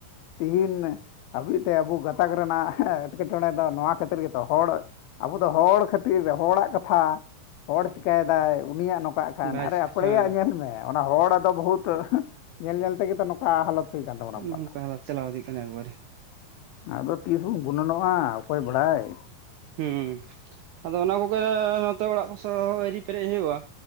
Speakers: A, on the left; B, on the right.
A: ᱛᱮᱦᱮᱧ ᱦᱟᱵᱤᱡ ᱛᱮ ᱟᱵᱚ ᱜᱟᱛᱟᱠ ᱨᱮᱱᱟᱜ ᱮᱴᱠᱮᱴᱚᱬᱮ ᱫᱚ ᱱᱚᱣᱟ ᱠᱷᱟᱹᱛᱤᱨ ᱜᱮᱛᱚ ᱦᱚᱲ ᱟᱵᱚ ᱫᱚ ᱦᱚᱲ ᱠᱷᱟᱹᱛᱤᱨ ᱦᱚᱲᱟᱜ ᱠᱟᱛᱷᱟ ᱦᱚᱲ ᱪᱤᱠᱟᱹᱭ ᱫᱟᱭ ᱩᱱᱤᱭᱟᱜ ᱱᱚᱝᱠᱟ ᱠᱟᱜ ᱠᱷᱟᱱ
B: ᱵᱟᱭ
A: ᱟᱨᱮ
B: ᱪᱤᱠᱟᱹᱜ
A: ᱟᱯᱲᱮᱭᱟᱜ
B: ᱦᱮᱸ
A: ᱧᱮᱞ ᱢᱮ ᱚᱱᱟ ᱦᱚᱲ ᱫᱚ ᱵᱚᱦᱩᱛ ᱧᱮᱞ- ᱧᱮᱞ ᱛᱮᱜᱮ ᱛᱚ ᱱᱚᱝ ᱠᱟ ᱦᱟᱞᱚᱛ ᱦᱩᱭ ᱟᱠᱟᱱ ᱛᱟᱵᱚᱱᱟ ᱟᱵᱚᱣᱟᱜ
B: ᱱᱚᱝᱠᱟ
A: ᱫᱚ
B: ᱦᱟᱞᱚᱛ ᱪᱟᱞᱟᱣ ᱤᱫᱤᱜ ᱠᱟᱱᱟ ᱮᱠᱵᱟᱨᱮ
A: ᱟᱫᱚ ᱛᱤᱥ ᱵᱚᱱ ᱜᱩᱱᱟᱹᱱᱚᱜᱼᱟ ᱚᱠᱚᱭ ᱵᱟᱲᱟᱭ ᱾
B: ᱦᱩᱸ ᱟᱫᱚ ᱚᱱᱟ ᱠᱚᱜᱮ ᱱᱚᱛᱮ ᱚᱲᱟᱜ ᱠᱚ ᱥᱟᱶ ᱟᱣᱨᱤ ᱯᱮᱨᱮᱡ ᱦᱩᱳᱭᱳᱜᱼᱟ